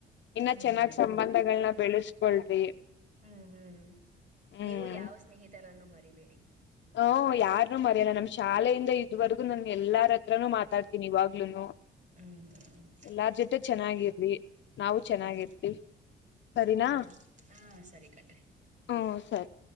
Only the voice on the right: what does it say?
ಹ್ಮ್
ಹ್ಮ್ ಹ್ಮ್
ನೀವು ಯಾವ್ ಸ್ನೇಹಿತರನ್ನು ಮರಿಬೇಡಿ.
ಹ್ಮ್
ಹ್ಮ್
ಹ್ಮ್ ಹಾ ಸರಿ ಕಣ್ರಿ